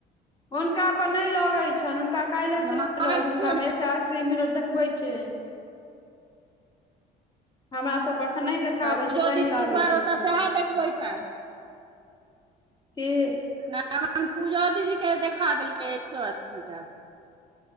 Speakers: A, on the left (about 25°); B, on the right (about 30°).
A: हुनका पर नहि लगैत छनि हुनका काइले
B: महाराष्ट्र
A: स छै हुनका मे एक स अस्सी मिनट देखबै छै। हमरा सभप एखन नहि देखाबै
B: पूजो
A: छै तै
B: दीदी
A: लगै
B: पर
A: छै
B: ओतऽ
A: फोन।
B: सएह देखबै छनि
A: के?
B: नहि एखन पूजो दीदी के देखा देलकै एक सए अस्सी टा।